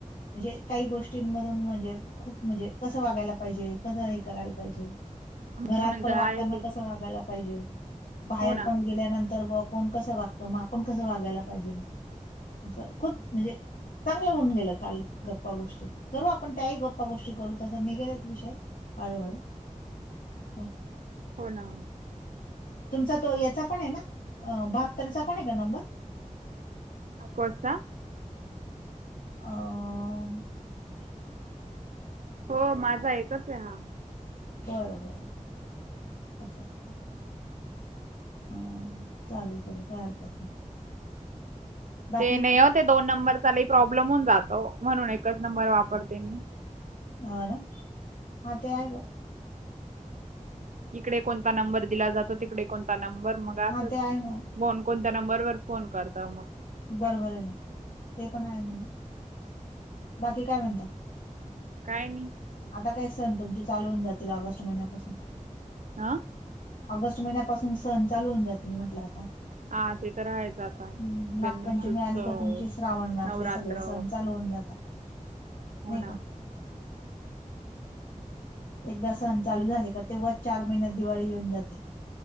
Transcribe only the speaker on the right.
म्हणून
तर
आहे ते
हो ना
हो ना.
कोस्ता?
हो माझा एकच आहे हा.
ते नाही हो, ते दोन नंबरचा लई प्रॉब्लेम होऊन जातो. म्हणून एकच नंबर वापरते मी.
इकडे कोणता नंबर दिला जातो, तिकडे कोणता नंबर मग असंच
कोण कोणत्या नंबरवर फोन करत मग.
काय आणि?
आ.
हा ते तर राहायचं आता
गणेशोत्सव
नवरात्र
हो
ना